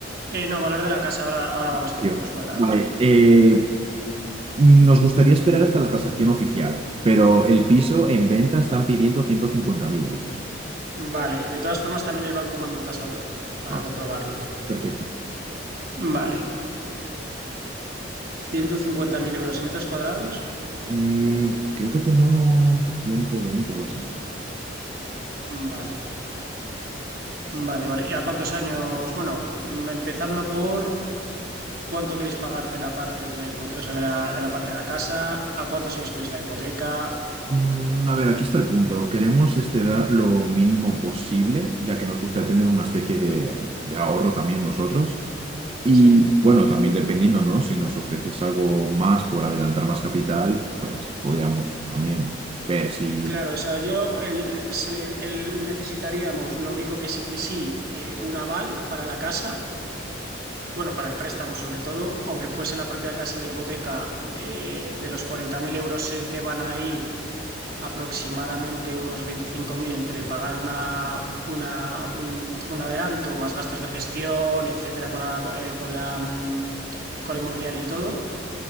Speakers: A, on the right; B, on the right.
A: Eh, no, valor de la casa, ahora, ahora vamos
B: Tío.
A: a los metros cuadrados.
B: Vale, eh, nos gustaría esperar hasta la tasación oficial, pero el piso en venta están pidiendo 150.000 euros.
A: Vale, de todas formas también el banco manda un tasador para
B: Ah,
A: comprobarlo.
B: perfecto.
A: Vale, 150.000 euros y metros cuadrados.
B: Mm, creo que tenía unos 120 o así.
A: Vale, vale, vale. ¿Y a cuántos años? Bueno, mm, empezando por cuánto queréis pagar de la parte de la hipoteca, o sea, de la, de la parte de la casa, a cuántos años queréis la hipoteca.
B: Mm, a ver, aquí está el punto. Queremos este, dar lo mínimo posible, ya que nos gusta tener una especie de, de ahorro también nosotros. Y
A: Sí,
B: bueno, también dependiendo, ¿no? Si nos ofreces algo más por adelantar más capital, pues podríamos también ver si
A: claro, o sea, yo el, se- el- necesitaríamos, lo único que sí que sí, eh, un aval para la casa, bueno, para el préstamo sobre todo, aunque fuese la propia casa la hipoteca, eh, de los 40.000 euros se te van a ir aproximadamente unos 25.000 entre pagar una... Una, un, un adelanto, más gastos de gestión, etcétera, con la, eh, con la, mm, con la inmobiliaria y todo,